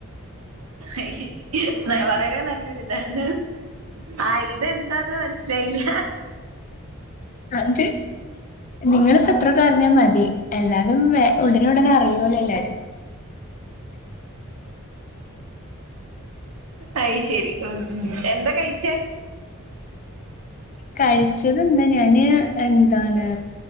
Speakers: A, on the right; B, on the left.
A: അയ്ശെരി വളരെ നല്ലൊരു ഇതാണ്. ആഹ് ഇതെന്താന്ന് മനസ്സിലായില്ല?
B: അത് നിങ്ങളിപ്പോ ഇത്രൊക്കെ അറിഞ്ഞാ മതി. എല്ലാതും വെ ഉടനുടനെ അറിയോല്ലോ എല്ലാരും.
A: അയ് ശെരി ഉം എന്ത കഴിച്ചേ?
B: കഴിച്ചെതെന്താ ഞാന് എന്താണ്.